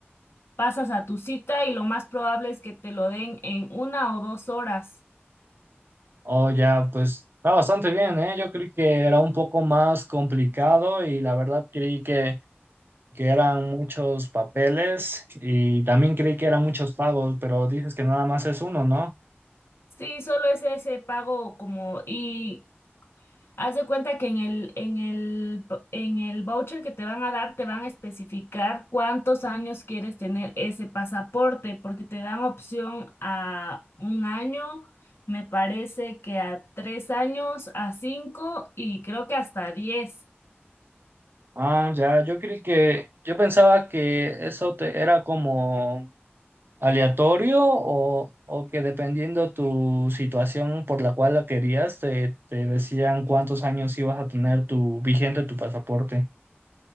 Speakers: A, on the left (about 65°); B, on the right (about 55°).
A: pasas a tu cita y lo más probable es que te lo den en una o dos horas.
B: O ya, pues está bastante bien, ¿eh? Yo creí que era un poco más complicado y la verdad creí que, que eran muchos papeles y también creí que eran muchos pagos, pero dices que nada más es uno, ¿no?
A: Sí, solo es ese pago como y haz de cuenta que en el en el en el voucher que te van a dar te van a especificar cuántos años quieres tener ese pasaporte porque te dan opción a un año, me parece que a tres años, a cinco y creo que hasta diez.
B: Ah, ya, yo creí que, yo pensaba que eso te era como aleatorio o, o que dependiendo tu situación por la cual la querías, te, te decían cuántos años ibas a tener tu vigente tu pasaporte.